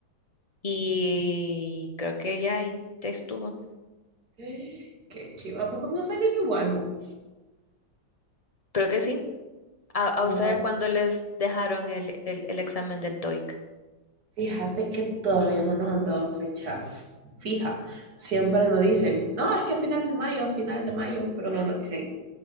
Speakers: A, on the left (about 25°); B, on the right (about 50°).
A: Y creo que ya, ahí- ya estuvo.
B: <gasps> Qué chiva. Pues vamos a salir igual, bu.
A: Creo que sí. ¿A, a
B: Ajá.
A: ustedes cuándo les dejaron el, el, el examen del TOEIC?
B: Fíjate que todavía no nos han dado fecha fija. Siempre nos dicen, no, es que a finales de mayo, a finales de mayo, pero no nos dicen